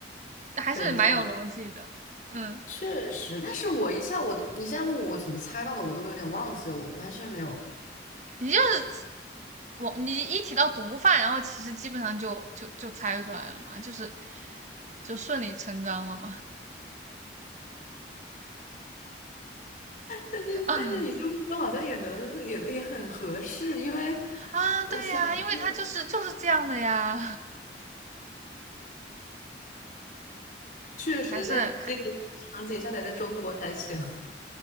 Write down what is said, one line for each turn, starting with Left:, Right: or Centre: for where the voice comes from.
Right: 还是蛮有逻辑的，
Left: 等一下，
Right: 嗯，
Left: 确实，但是我一下我都，你现在问我怎么猜到的，我都有点忘记了，我完全没有，
Right: 你就是我你一提到毒贩，然后其实基本上就就就猜出来了嘛，就是就顺理成章了嘛，
Left: 但是但是你这么一说，
Right: <laughs> 啊
Left: 好像也能也也很合适，因为
Right: 啊，
Left: 我想这
Right: 对呀，因为他就是就是这样的呀。
Left: 确实在这个
Right: 还是很还
Left: 场景下得在中国才行，<laughs>